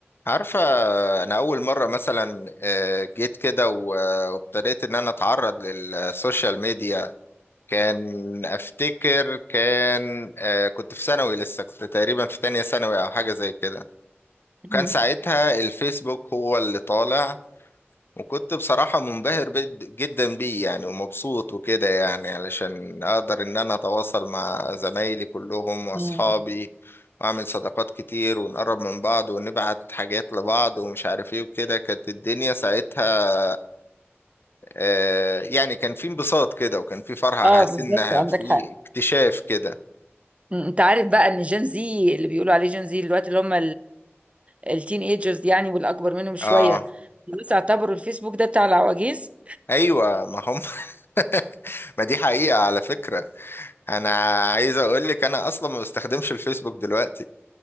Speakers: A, on the left; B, on the right.
A: عارفة أنا أول مرة مثلا آه، جيت كده و- آه، وابتديت إن أنا أتعرض للسوشيال ميديا كان أفتكر كان آه، كنت في ثانوي لسه كنت تقريبا في تانية ثانوي أو حاجة زي كده كان
B: مم.
A: ساعتها الفيسبوك هو اللي طالع وكنت بصراحة منبهر بد- جدا بيه يعني ومبسوط وكده يعني علشان أقدر إن أنا أتواصل مع زمايلي كلهم وأصحابي
B: مم.
A: وأعمل صداقات كتير ونقرب من بعض ونبعت حاجات لبعض ومش عارف إيه وكده كانت الدنيا ساعتها آه يعني كان في انبساط كده وكان في فرحة
B: اه
A: حاسس
B: بالظبط
A: إنها
B: عندك
A: في
B: حق
A: اكتشاف كده
B: مم. انت عارف بقى ان جين زي اللي بيقولوا عليه جين زي دلوقتي اللي هم التين ايجرز يعني والاكبر منهم شويه
A: آه
B: الناس اعتبروا الفيسبوك ده بتاع العواجيز
A: أيوة ما هم <laughs> ما دي حقيقة على فكرة أنا عايز أقول لك أنا أصلا ما بستخدمش الفيسبوك دلوقتي